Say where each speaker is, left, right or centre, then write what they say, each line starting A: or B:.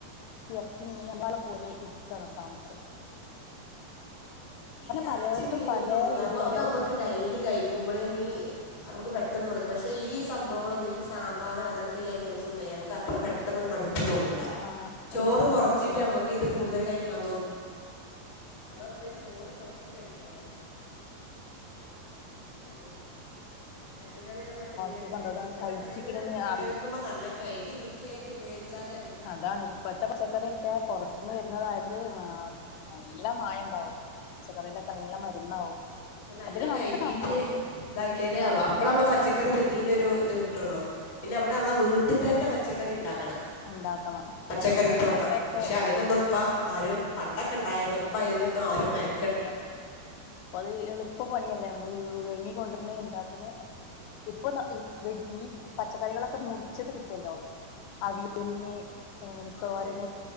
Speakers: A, on the left (about 85°); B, on the left (about 35°).
A: എർച്ചി മീന <unintelligible> പോലെ ഇഷ്ടാണ് സാമ്പാറ്
B: ഈ എറച്ചി
A: പലയിടത്തും
B: മീന്ന്ന്
A: പല
B: പറഞ്ഞാല്
A: രീതിയിലും
B: അമ്മ അത് അമ്മക്ക് ഡെയ്ലി കഴിക്കുമ്പള് മീ അമ്ക്ക് പെട്ടെന്ന് മടുക്കും, പക്ഷെ ഈ സംഭവങ്ങളൊന്നും, ഈ സാമ്പാറ് അങ്ങൻത്തെ ഈ ഐറ്റംസ് ഒന്നെ നമുക്ക് അത്ര പെട്ടെന്നൊന്നും മടു പ്പ് തോന്നൂല,
A: ആഹ്
B: ചോറ്
A: ഇല്ല
B: കൊറച്ചിട്ട്
A: മടുക്കൂല
B: ഞമക്കി ഇത് കൂടുതല് കഴിക്കാൻ തോന്നു. നമ്മളെപ്പഴും ചോറ് കൊറച്ച് കഴിക്കണം <unintelligible> ഉം ഉം പച്ചക്കറി നമ്മളെ ശരീരത്തില്
A: സുഖണ്ടോ അത്
B: പിന്നെ
A: കഴിച്ചിക്കണന്ന്
B: പച്ചക്കറികളൊക്കെ ഉപയോഗിക്കുമ്പ
A: അറിയും
B: നല്ല കഴ്കി വൃത്തിയായിട്ട് ഉപയോഗിച്ചാല്
A: അതാണ് ഇപ്പഴത്തെ പച്ചക്കറിയൊക്കെ പൊറ ത്ത്ന്ന് വരുന്നതായത് മ നല്ല മായം ഇണ്ടാവും പച്ചക്കറിലൊക്കെ നല്ല മരുന്നാവും
B: അപ്പ നല്ല
A: അധികം നമുക്ക്
B: കഴ്‌കീട്ട്
A: നം ഈ
B: ഇതാക്കിയാല് അപ്പള് അമ്മള പച്ചക്കറി തിന്നീന്റെ ഒരു ഇത് കിട്ടൊള്ളൂ പിന്നെ അം മ്മള് അമ്മളെ വീട്ടിത്തന്നെ പച്ചക്കറി ഇണ്ടാക്കണം
A: ഉണ്ടാക്കണം
B: പച്ചക്കറി
A: ഇങ്ങളെ
B: തോട്ടം
A: അവിടെ
B: പക്ഷെ
A: ഇണ്ടാക്ക
B: അതിനൊന്നും പ്പ ആരും പണ്ടൊക്കെ ഇണ്ടായിരുന്നു ഇപ്പ ഇതിനൊന്നും ആരും മെന
A: <unintelligible> ഇപ്പത് എളുപ്പ പണിയല്ലേ അമ്മള് <unintelligible> ക്കൊണ്ടര്ണ് ഇണ്ടാക്ക്ന്ന് ഇപ്പൊന്ന ഏഹ് വെ ഞി പച്ചക്കറികളൊക്കെ മുറിച്ചത് കിട്ടൊല്ലോ അവിയൽന് ആഹ് തോരന്
B: അങ്ങനെയുണ്ട്